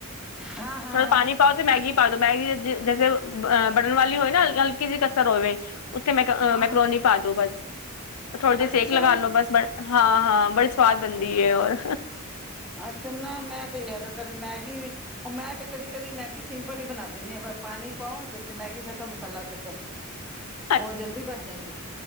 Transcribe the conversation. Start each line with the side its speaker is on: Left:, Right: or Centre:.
Centre: ਹਾਂ ਹਾਂ
Left: ਥੋੜਾ
Centre: ਹਾਂ
Left: ਪਾਣੀ ਪਾਓ ਤੇ ਮੈਗੀ ਪਾ ਦੋ ਮੈਗੀ ਜੈਸੇ ਬੈਟਰ ਵਾਲੀ ਹੋਏ ਨਾ ਹਲਕੀ ਜਿਹੀ ਕਸਰ ਹੋਵੇ ਉੱਥੇ ਮੈ
Centre: ਹਾਂ
Left: ਮੈਕਰੋਨੀ
Centre: ਹਾਂ
Left: ਪਾ ਦੋ ਬਸ ਥੋੜੀ ਜਹੇ
Centre: ਅੱਛਾ
Left: ਸੇਕ ਲਗਾਲੋ ਬਸ ਹਾਂ ਹਾਂ ਬੜੀ ਸਵਾਦ ਬਣਦੀ
Centre: ਅੱਛਾ
Left: ਹੈ ਔਰ
Centre: ਅੱਛਾ ਨਾ ਮੈਂ ਤੇ ਜ਼ਿਆਦਾਤਰ ਮੈਗੀ ਵੀ ਉਹ ਮੈਂ ਤੇ ਕਦੀ ਕਦੀ ਮੈਗੀ ਸਿੰਪਲ ਹੀ ਬਣਾ ਦਿੰਦੀ ਹਾਂ ਪਾਣੀ ਪਾਓ ਵਿੱਚ ਮੈਗੀ ਸੁੱਟੋ ਮਸਾਲਾ ਸੁੱਟੋ
Left: <inaudible>
Centre: ਉਹ ਜਲਦੀ ਬਣ ਜਾਂਦੀ